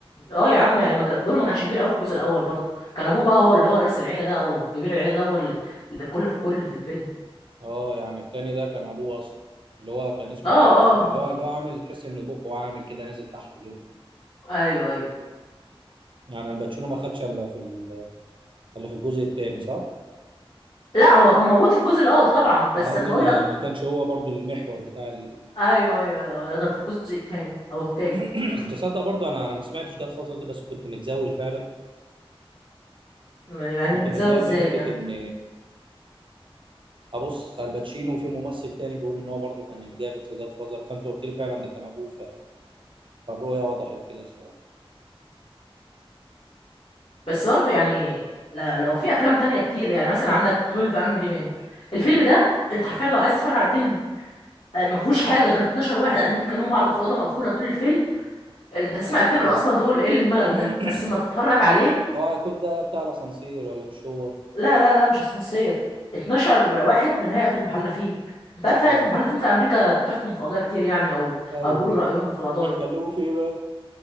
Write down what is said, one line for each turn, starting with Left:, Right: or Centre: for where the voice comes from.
Left: اه يا عم يعني ما كان- دوره ما كانش كبير قوي في الجزء الاول برضه كان ابوه بقى هو اللي هو رئيس العيله ده او كبير العيله ده هو اللي اللي الكل في الكل في الفيلم
Right: اه يعني التاني ده كان ابوه اصلا اللي هو كان اسمه
Left: اه
Right: الممثل
Left: اه
Right: اللي هو اللي هو عامل تحس ان بقه عامل كده نازل تحت كده
Left: ايوه ايوه
Right: يعني الباتشينو ما خدش الا في ال- الا في الجزء التاني صح؟
Left: لا هو كان موجود في الجزء الاول طبعا بس
Right: انا قصدي
Left: انا بقول
Right: ما
Left: لك
Right: ما كانش هو برضو المحور بتاع ال...
Left: ايوه ايوه غير في الجزء الثاني او الثالث
Right: <clears throat> تصدق برضه انا انا ما سمعتش جاد فازر ده بس كنت متزاول فعلا
Left: يعني
Right: كنت
Left: متزاول
Right: متداول
Left: ازاي
Right: بحته
Left: يعني
Right: ان ابص على الباتشينو وفي ممثل تاني بيقول ان هو برضه كان الجامد في جاد فازر فانت قلت لي فعلا ده كان ابوه ف... فالرؤيه وضحت كده الصراحه
Left: بس برضه يعني لا- لو في افلام تانية كتير يعني مثلا عندك 12 انجري مان الفيلم ده انت حرفيا لو عايز تتفرج على فيلم آه، ما فيهوش حاجه غير 12 واحد قاعدين بيكلموا بعض في اوضه مقفوله طول الفيلم انت تسمع
Right: اه
Left: الفكره اصلا تقول ايه الملل
Right: <clears throat>
Left: ده بس ما تتفرج عليه
Right: هو هيكون ده بتاع الاسانسير ولا مش هو
Left: لا لا لا مش اسانسير 12 واحد من هيئة المحلفين انت عارف هيئة
Right: آه.
Left: المحلفين في امريكا بتحكم في قضايا كتير يعني او
Right: ايوه
Left: او بيقولوا رأيهم في القضايا
Right: بيتكلموا في ايه بقى